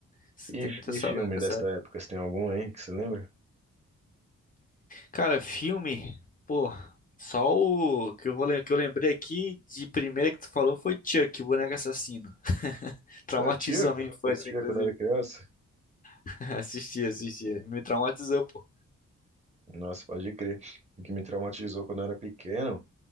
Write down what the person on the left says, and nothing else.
Você
tem muita
saudade
dessa
época.
Cara, filme, pô, só o que eu vou lem- que eu lembrei aqui de primeira que tu falou foi Chuck, o boneco assassino. Traumatizou
a minha infância,
inclusive.
<laughs> Assistia, assistia. Me traumatizou, pô.